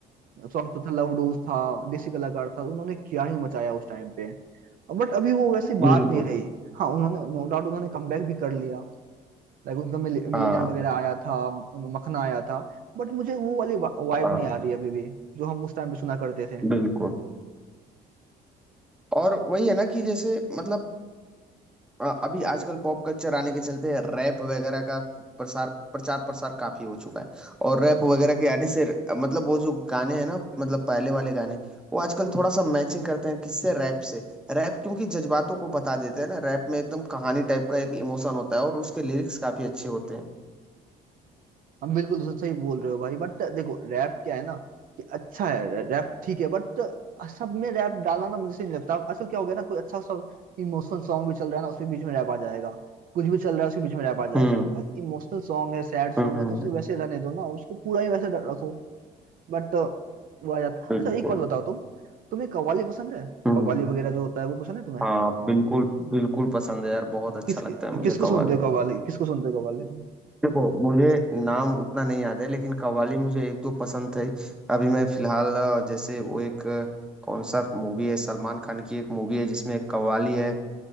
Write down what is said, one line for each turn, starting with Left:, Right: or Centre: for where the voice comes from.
Right: सॉन्ग था लव डोज था देसी कलाकार था उन्होंने क्या ही मचाया उस टाइम पे बट अभी वो वैसी
Centre: बिल्कुल
Right: बात नहीं रही हाँ उन्होंने नो डाउट उन्होंने कमबैक भी कर लिया लाइक उनका मिल, मिलियनर
Centre: हाँ
Right: वगैरह आया था म- मखना आया था बट मुझे वो वाली वाइब
Centre: हाँ
Right: नहीं आ रही अभी भी जो हम उस टाइम पे सुना करते थे
Centre: बिल्कुल और वही है ना कि जैसे मतलब अ, अभी आजकल पॉप कल्चर आने के चलते रैप वगैरह का प्रसार प्रचार प्रसार काफी हो चुका है और रैप वगैरह के आने से अ, मतलब वो जो गाने हैं ना मतलब पहले वाले गाने वो आजकल थोड़ा सा मैचिंग करते हैं किससे रैप से रैप क्योंकि जज्बातों को बता देते हैं ना रैप में एकदम कहानी टाइप का एक इमोशन होता है और उसके लिरिक्स काफी अच्छे होते हैं
Right: हम बिल्कुल सच- सही बोल रहे हो भाई बट देखो रैप क्या है ना कि अच्छा है रैप ठीक है बट सब में रैप डालना ना मुझे सही नहीं लगता असल क्या हो गया ना कोई अच्छा सा इमोशनल सॉन्ग भी चल रहा है ना उसके बीच में रैप आ जाएगा कुछ भी चल रहा है उसके बीच में रैप आ जाएगा
Centre: हम्म
Right: भाई इमोशनल सॉन्ग है सैड सॉन्ग
Centre: हम्म
Right: है तो उसे वैसे रहने दो ना उसको पूरा ही वैसे रखो बट वो आ जाता
Centre: बिल्कुल
Right: अच्छा एक बात बताओ तुम तुम्हें कव्वाली पसंद है
Centre: हम्म
Right: कव्वाली वगैरह जो होता है वो पसंद है तुम्हें
Centre: हाँ बिल्कुल बिल्कुल पसंद है यार बहुत अच्छा
Right: किस
Centre: लगता है मुझे
Right: किसको
Centre: कव्वाली
Right: सुनते हो कव्वाली किसको सुनते हो कव्वाली तुम
Centre: देखो मुझे नाम उतना नहीं याद है लेकिन कव्वाली मुझे एक दो पसंद थे अभी मैं फिलहाल अ, जैसे वो एक अ, कौन सा मूवी है सलमान खान की एक मूवी है जिसमें एक कव्वाली है अ,